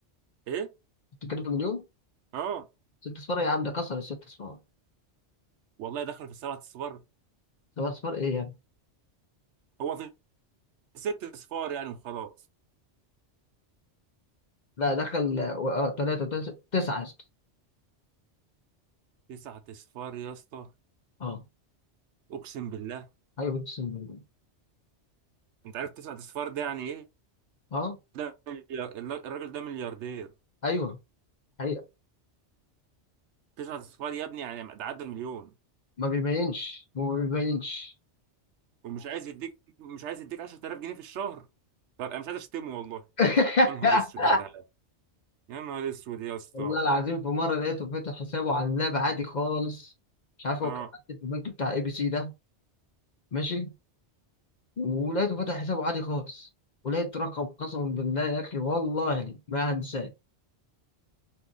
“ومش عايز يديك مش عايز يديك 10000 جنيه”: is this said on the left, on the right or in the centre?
Right